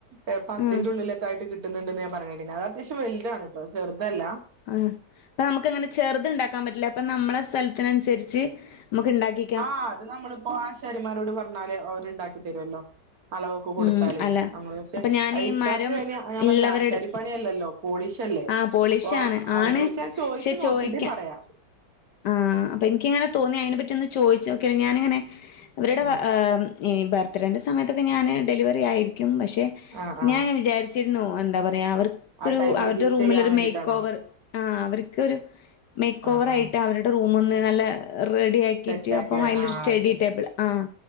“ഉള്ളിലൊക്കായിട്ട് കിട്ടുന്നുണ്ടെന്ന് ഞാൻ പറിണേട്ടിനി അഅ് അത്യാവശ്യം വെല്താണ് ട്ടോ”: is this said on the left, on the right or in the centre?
Right